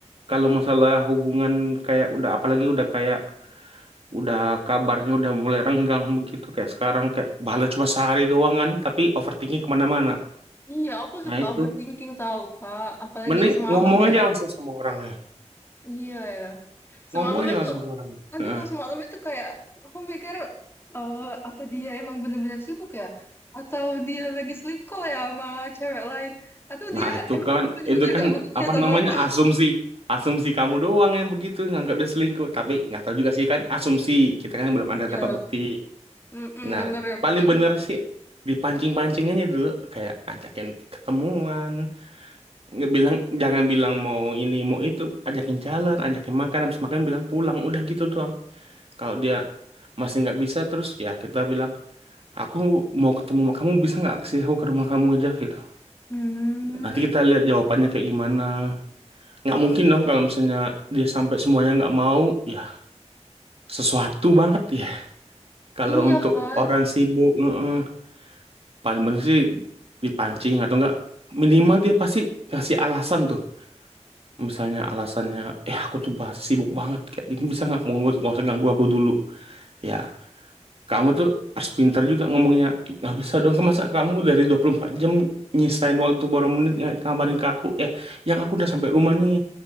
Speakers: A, on the right; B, on the left.
A: kalau masalah hubungan kayak udah apalagi udah kayak udah kabarnya udah mulai renggang begitu kayak sekarang kayak bahala cuma sehari doang kan tapi overthinking kemana-mana
B: iya, aku
A: nah
B: suka
A: itu
B: overthinking tahu Kak. Apalagi
A: mending
B: semalam
A: ngomong
B: ya.
A: aja langsung sama orangnya
B: Iya ya.
A: ngomong
B: Semalam
A: aja
B: itu,
A: langsung ke orangnya
B: aduh
A: nah,
B: semalam itu kayak aku mikir eh apa dia emang bener-bener sibuk ya? Atau dia lagi sleep call ya sama cewek lain? Atau
A: nah
B: dia
A: itu
B: emang
A: kan
B: bener-bener
A: itu kan
B: gak peduli
A: apa
B: ya sama
A: namanya
B: aku? <laughs>
A: asumsi asumsi kamu doang yang begitu nganggap dia selingkuh tapi nggak tahu juga sih kan asumsi kita kan belum
B: Iya,
A: ada dapat bukti
B: mm
A: nah
B: bener ya
A: paling
B: bener.
A: bener sih dipancing-pancingannya dulu kayak ngajakin ketemuan nggak bilang jangan bilang mau ini mau itu ajakin jalan ajakin makan habis makan bilang pulang udah gitu doang kalau dia masih nggak bisa terus ya kita bilang aku mau ketemu sama kamu bisa nggak sih aku ke rumah kamu aja gitu
B: Hmm,
A: nanti kita lihat jawabannya kayak gimana nggak mungkin dong kalau misalnya dia sampai semuanya nggak mau ya sesuatu banget ya kalau
B: iya
A: untuk
B: kan?
A: orang sibuk eh, eh, paling bener sih dipancing atau enggak minimal dia pasti ngasih alasan tuh misalnya alasannya eh aku tuh bah- sibuk banget kayak gini bisa nggak mau nggak usah ganggu aku dulu ya kamu tuh harus pinter juga ngomongnya "Ih, nggak bisa dong masa kamu dari 24 jam nyisain waktu borong menit nggak kabarin ke aku eh yang aku udah sampai rumah nih